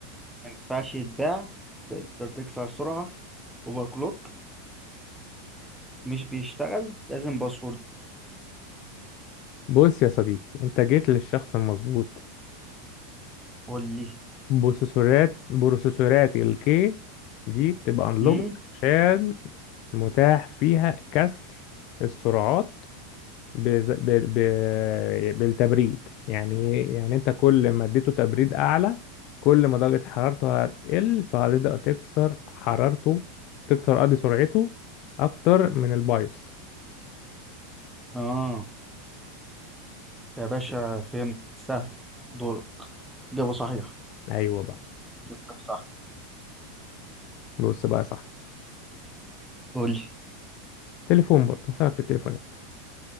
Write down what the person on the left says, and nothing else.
بص يا صديقي أنت جيت للشخص المظبوط
بروسيسورات بروسيسورات الكي دي بتبقى unlocked
عشان متاح فيها كسر السرعات بز... ب... ب... بالتبريد يعني إيه؟ يعني أنت كل ما اديته تبريد أعلى كل ما درجة حرارته هتقل فهتبدأ تكسر حرارته تكسر قصدي سرعته أكتر من البايوس
أيوه بقى
بص بقى يا صاحبي
تليفون برضه هسألك في التليفونات